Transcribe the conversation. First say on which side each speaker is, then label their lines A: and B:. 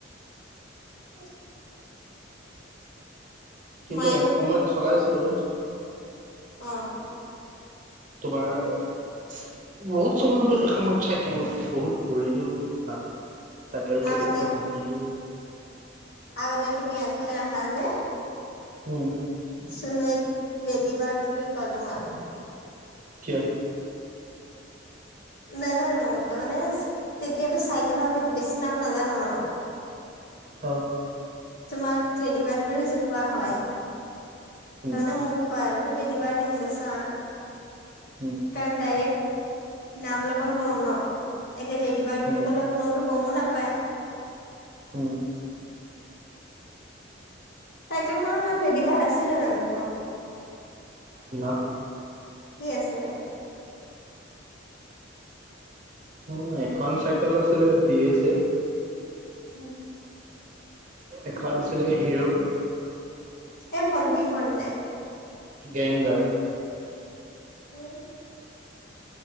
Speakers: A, on the left; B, on the right.
A: উম।
B: কিন্তু
A: মায়ে
B: এসময়ত
A: মোক কি
B: চলাইছিলো।
A: অ'।
B: তোমাৰ, বহুত চলোৱা হ'ল এসময়ত চাইকেল। বহুত পৰিলো, ভ চাইকেল
A: আগতে
B: কেবেখনো ভাঙিলো।
A: আগতে তুমি এফালে আহা যে!
B: উম।
A: শুন এক বেদী পাট বুলি ক তোমাৰ।
B: কিয়!
A: নাজানো তাৰমানে তেতিয়াতো চাইকেলৰ আমি বেছি নাম নাজানো ন।
B: অ।
A: তোমাক কেডিবাট বুলি জোকুৱা হয়।
B: উম
A: তাৰ মমানে মোক কয় আৰু দেদিবাৰ আহিছে চা।
B: উম
A: কাৰণ ডাইৰেক্ট নাম লগ। নোৱাৰো ন এতিয়া লেড বাৰ্ড বুলি
B: উম
A: কলে কোননেওো গমো নাপায়।
B: উম
A: <unintelligible> চাইকেলখনৰ নাম লেডিবাৰ্ড আছিলে জানো তোমালোকৰ
B: ন।
A: কি আছিলে।
B: উম এখন চাইকেল আছিলে বি এছে এ।
A: উম।
B: এখন আছিলে হিৰো।
A: এই ভণ্টি খ যে।
B: গেংগাৰ।
A: উম।